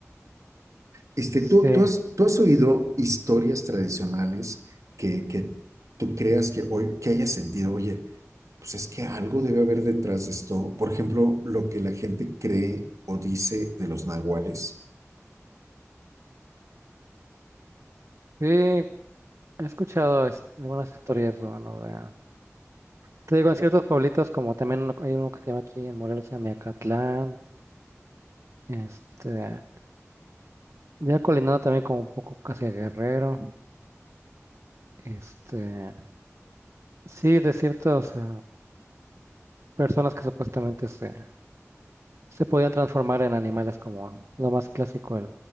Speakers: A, on the right (about 85°); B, on the right (about 65°).
A: Este,
B: sí,
A: ¿tú, tú, has, ¿Tú has oído historias tradicionales que, que tú creas que, hoy, que hayas sentido, oye, pues es que algo debe haber detrás de esto? Por ejemplo, lo que la gente cree o dice de los nahuales,
B: sí, he escuchado este, algunas historias, bueno, de... Te digo, en ciertos pueblitos, como también uno- hay uno que se llama aquí en Morelos, se llama Miacatlán, este, ya colinado también como un poco casi a Guerrero, este, sí, de ciertas eh, personas que supuestamente se, se podían transformar en animales como lo más clásico, el,